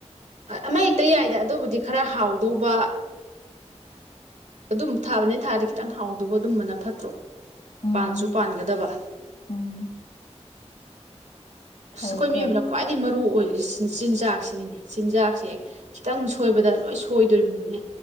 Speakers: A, on the right; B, on the left.
A: ꯑꯃ ꯍꯦꯛꯇ ꯌꯥꯏꯗꯦ ꯑꯗꯨꯕꯨꯗꯤ ꯈꯔ ꯍꯥꯎꯗꯧꯕ ꯑꯗꯨꯝ ꯊꯥꯕꯅꯤꯅ ꯊꯥꯔꯗꯤ ꯈꯤꯇꯪ ꯍꯥꯎꯗꯧꯕ ꯑꯗꯨꯝꯕꯅ ꯐꯠꯇ꯭ꯔꯣ
B: ꯎꯝ
A: ꯄꯥꯟꯁꯨ ꯄꯥꯟꯒꯗꯕ
B: ꯎꯝ
A: ꯑ
B: ꯐꯩꯌꯦ
A: ꯑꯩꯈꯣꯏ ꯃꯤꯑꯣꯏꯕꯅ
B: ꯐꯩ
A: ꯈ꯭ꯋꯥꯏꯗꯒꯤ ꯃꯔꯨ ꯑꯣꯏꯔꯤ ꯆꯤꯟꯖꯥꯛ ꯁꯤꯅꯦ ꯆꯤꯟꯖꯥꯛꯁꯦ ꯈꯤꯇꯪ ꯁꯣꯏꯕꯗ ꯂꯣꯏ ꯁꯣꯏꯗꯣꯔꯤꯕꯅꯤꯅꯦ